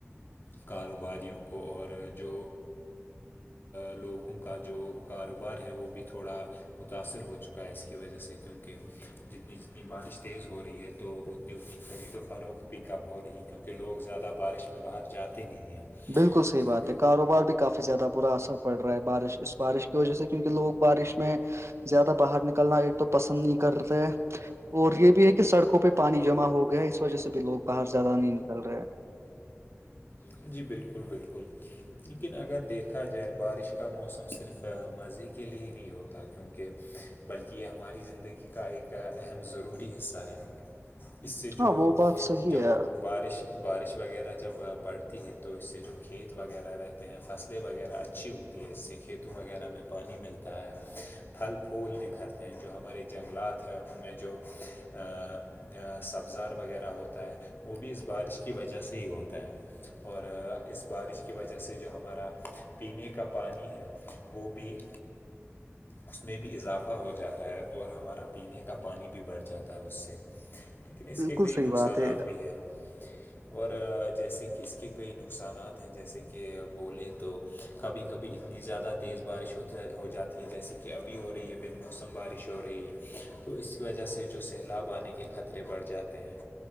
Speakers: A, on the left (about 45°); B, on the right (about 65°).
A: کاروباریوں کو اور جو لوگوں کا جو کاروبار ہے وہ بھی تھوڑا متاأثر ہو چکا کا اس کی وجہ سے کیونکہ جتنی جتنی بارش تیز ہو رہی ہے تو اتنی اتنی خرید و فروخ پک اپ ہو رہی ہے کیونکہ لوگ زیادہ بارش میں باہر جاتے نہیں ہیں
B: بالکل صحیح
A: کیونکہ
B: بات ہے کاروبار بھی کافی زیادہ برا اثر پڑ رہا ہے بارش اس بارش کی وجہ سے کیونکہ لوگ بارش میں زیادہ باہر نکلنا ایک تو پسند نہیں کرتے اور یہ بھی ہے کہ سڑکوں پہ پانی جمع ہو گیا ہے اس وجہ سے بھی لوگ باہر زیادہ نہیں نکل رہے ہیں
A: جی جی بالکل بالکل لیکن اگر دیکھا جائے بارش کا موسم صرف مزے کے لئے ہی نہیں ہوتا کیونکہ بلکہ یہ ہماری زندگی کا ایک اہم ضروری حصہ ہے اس سے جو
B: ہاں وہ بات صحیح
A: جو
B: ہے
A: بارش بارش وغیرہ جب پڑ ہے تو اس سے جو کھیت وغیرہ رہتے ہیں فصلیں وغیرہ اچھی ہوتی ہے اس سے کھیت قتو وغیرہ میں پانی ملتا ہے پھل پھول نکھھرتے ہیں جو ہمارے جنگلات ہیں ان میں جو ا <inaudible> سبزار وغیرہ ہوتا ہے وہ بھی اس بارش کی وجہ سے ہی ہوتا ہے اور اس بارش کی وجہ سے جو ہمارا پینے کا پانی ہے وہ بھی اس میں بھی اضافہ ہو جاتا ہے اور ہمارا پینے کا پانی بھی بڑھ جاتا ہے اس سے لیکن اس
B: بالکل
A: کے کئی
B: صحیح
A: نقصانات
B: بات ہے
A: بھی ہیں اور جیسے کہ اس کے کئی نقصانات ہیں جیسے کہ بولیں تو کبھی کبھی اتنی زیادہ تیز بارش ہو ہو جاتی جیسے کہ ابھی ہو رہی ہے بال موسم بارش ہو رہی ہے تو اس کی وجہ سے جو سیلاب آنے کی کے خطرے بڑھ جاتے ہیں